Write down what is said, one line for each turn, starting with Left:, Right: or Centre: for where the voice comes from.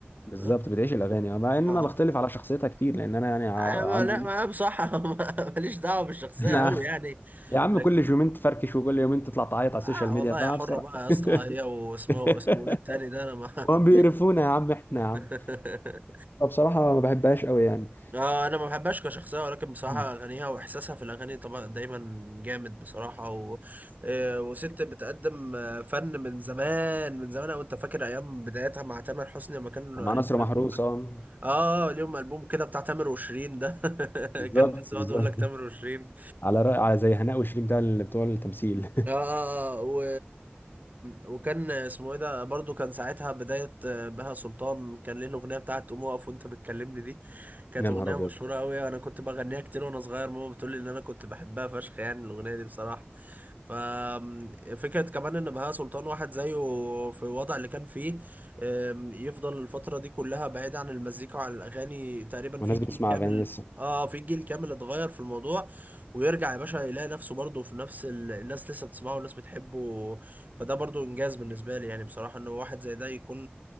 Left: بالظبط
Right: ها؟
Left: بتعيش الاغاني مع ان
Right: اه
Left: انا بختلف على شخصيتها كتير لان انا يعني ع-
Right: آه، ما
Left: عندي
Right: لا ما بصراحة <laughs> ما- ماليش دعوة بالشخصية
Left: <laughs> انا
Right: أوي يعني
Left: يا عم
Right: لك
Left: كل يومين تفركش وكل يومين تطلع تعيط على
Right: آه
Left: السوشيال ميديا
Right: والله
Left: فاهم
Right: يا حرة
Left: بصراحه
Right: بقى يا اسطى هي
Left: <laughs>
Right: واسمه اسمه
Left: <laughs>
Right: إيه التاني ده أنا ما
Left: وهم بيقرفونا
Right: <laughs>
Left: يا عم احنا يا عم
Right: ماليش
Left: فبصراحة ما بحبهاش قوي يعني
Right: آه انا ما بحبهاش كشخصيه ولكن بصراحه
Left: <clears throat>
Right: اغانيها واحساسها في الاغاني طبعا دايما جامد بصراحه و... آه، وست بتقدم آه، فن من زمان من زمان وانت فاكر ايام بدايتها مع تامر حسني لما كان
Left: مع
Right: ليهم
Left: نصر محروس
Right: البوم
Left: اه
Right: اه ليهم البوم كده بتاع تامر وشيرين ده <laughs>
Left: بالظبط
Right: كان الناس يقعدوا
Left: بالظبط
Right: يقول لك تامر وشيرين
Left: على رأي على زي هناء وشيرين بتاع اللي بتوع التمثيل
Right: اه اه اه و... وكان اسمه ايه ده برضو كان ساعتها بداية آه، بهاء سلطان كان ليه الأغنية بتاعت قوم اقف وانت بتكلمني دي
Left: <laughs>
Right: كانت
Left: يا
Right: أغنية
Left: نهار ابيض
Right: مشهورة قوي انا كنت بغنيها كتير وانا صغير ماما بتقول لي ان انا كنت بحبها فشخ يعني الأغنية دي بصراحة ففكرة كمان ان بهاء سلطان واحد زيه في الوضع اللي كان فيه آم، يفضل الفترة دي كلها بعيد عن المزيكا وعن الأغاني تقريبا
Left: والناس
Right: في جيل
Left: بتسمع
Right: كامل
Left: اغاني لسه
Right: اه في جيل كامل اتغير في الموضوع ويرجع يا باشا يلاقي نفسه برضه في نفس ال... الناس لسه بتسمعه والناس بتحبه فده برضه انجاز بالنسبه لي يعني بصراحه ان واحد زي ده يكون